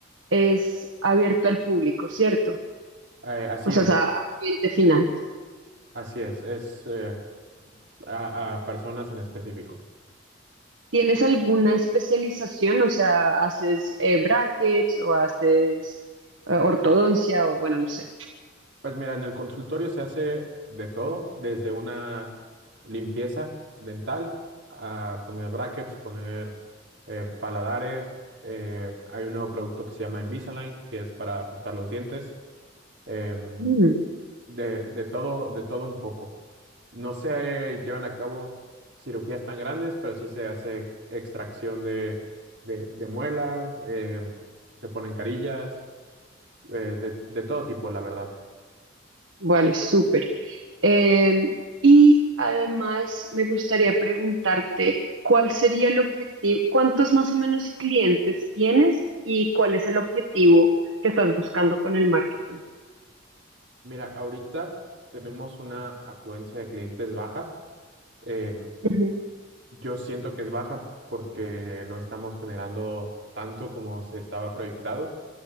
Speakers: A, on the right; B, on the right.
A: es abierto al público, ¿cierto?
B: Eh, así
A: O sea,
B: es,
A: es a a cliente final.
B: así es, es eh, a, a personas en específico.
A: ¿Tienes alguna especialización? O sea, ¿haces eh, brackets o haces eh, ortodoncia o bueno, no sé?
B: Pues mira, en el consultorio se hace de todo, desde una limpieza dental, a poner brackets, poner eh, paladares. eh, hay un nuevo producto que se llama Invisalign, que es para ajustar los dientes. em,
A: Mm,
B: de, de todo, de todo un poco. No se llevan a cabo cirugías tan grandes, pero sí se hace extracción de, de, de muelas, em, se ponen carillas, eh, de de todo tipo, la verdad.
A: vale, súper. Eh, y además me gustaría preguntarte, ¿cuál sería el objetivo? ¿Cuántos más o menos clientes tienes y cuál es el objetivo que estás buscando con el marketing?
B: Mira, ahorita tenemos una afluencia de clientes baja. Em,
A: Ujú,
B: yo siento que es baja porque no estamos generando tanto como se estaba proyectado.